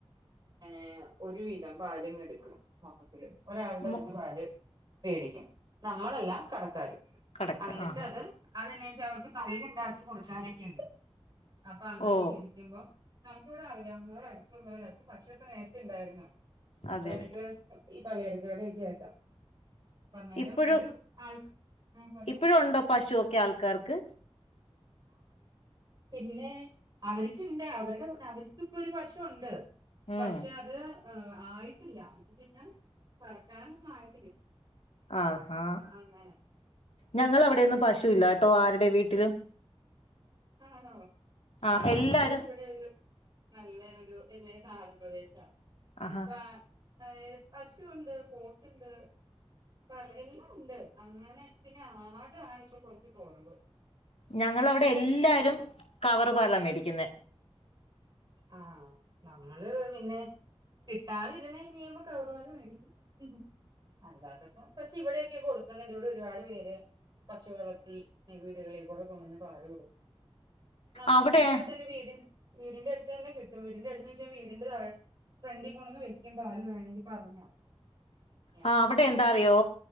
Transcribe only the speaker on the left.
മു
കടക്ക്
ആഹാ
ഓ
അതെ
ഇപ്പഴും
ഇപ്പഴും ഉണ്ടോ പശുവൊക്കെ ആൾക്കാർക്ക്
ഉം
ആ ഹാ
ഞങ്ങളടെ അവിടെയൊന്നും പശുഇല്ല കേട്ടോ ആരുടെ വീട്ടിലും
ആഹ്
എല്ലാരും
ആഹാ
ഞങ്ങളെടെവിടെ എല്ലാവരും കവറുപാലാ മേടിക്കുന്നത്
അവിടെ
ആ അവിടെ എന്താറിയൊ